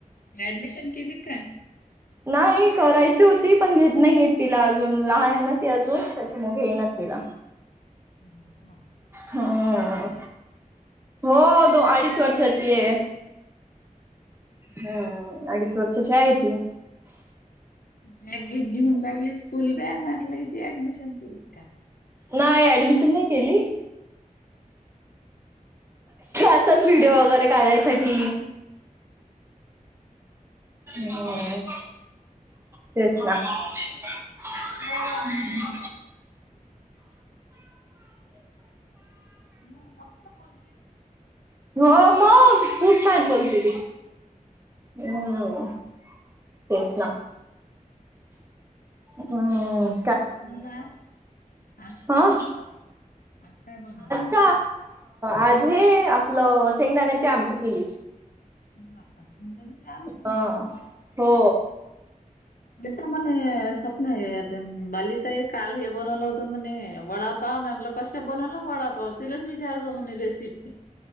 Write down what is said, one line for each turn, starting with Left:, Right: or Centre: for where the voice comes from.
Left: ऍडमिशन केली काय?
Right: नाही करायची होती, पण घेत नई येत तिला अजून लहान ये ना ती अजून त्याच्यामुळं घेईनात तिला.
Left: हम्म हा.
Right: हम्म. हो दो अडीच वर्षाची आहे. हो अडीच वर्षाची हाये ती.
Left: बॅग घेऊन चालले स्कूल बॅग म्हटल हेची ऍडमिशन केली का?
Right: नाही ऍडमिशन नाही केली. असाच व्हिडिओ वगैरे काढायसाठी हो. तेच ना, हम्म.
Left: हो लागते तिला म मस्त बोलते.
Right: हो मग खूप छान बोलते ती. हम्म तेच ना. अं
Left: काय बनवलं आज, आज काय
Right: हा
Left: बनवलं, आज काय बनवलं?
Right: अ आज हे आपलं शेंगदाण्याची आमटी केली.
Left: बापा शेंगदाण्याची आमटी.
Right: हा हो.
Left: मी तर म्हणे स्वप्न <unintelligible> बाली ताई काल हे बनवलं होतं म्हणे वडा पाव म्हणलो कशा बनवला वडापाव तिलेच विचार जो म्हणे रेसिपी.